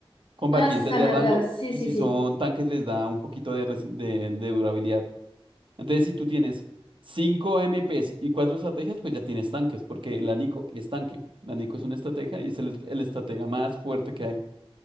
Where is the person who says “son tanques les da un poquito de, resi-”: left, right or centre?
Right